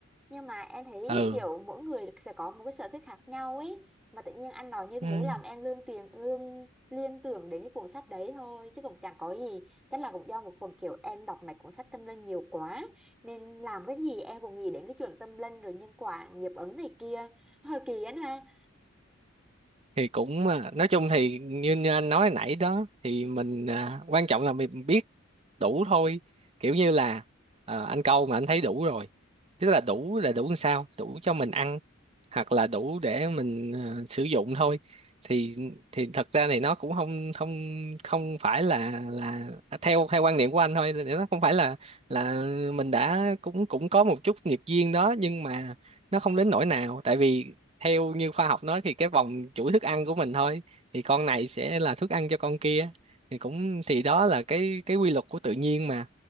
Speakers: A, in the centre; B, on the right.
A: nhưng mà em thấy
B: ừ
A: kiểu mỗi người sẽ có một cái sở thích khác nhau ấy mà tự nhiên anh nói như thế
B: ừ.
A: làm em lương tiền lương liên tưởng đến cái cuốn sách đấy thôi chứ cũng chẳng có gì chắc là cũng do một phần kiểu em đọc mấy cuốn sách tâm linh nhiều quá nên làm cái gì em cũng nghĩ đến cái chuyện tâm linh rồi nhân quả nghiệp ứng này kia <laughs> hơi kỳ ấy ha
B: thì cũng à, nói chung thì như, như anh nói nãy đó thì mình à, quan trọng là mình biết đủ thôi kiểu như là ờ, anh câu mà anh thấy đủ rồi tức là đủ là đủ làm sao đủ cho mình ăn hoặc là đủ để mình ờ, sử dụng thôi thì thì thật ra này nó cũng không không không phải là là theo theo quan niệm của anh thôi thì nó không phải là là mình đã cũng cũng có một chút nghiệp duyên đó nhưng mà nó không đến nỗi nào tại vì theo như khoa học nói thì cái vòng chuỗi thức ăn của mình thôi thì con này sẽ là thức ăn cho con kia thì cũng thì đó là cái cái quy luật của tự nhiên mà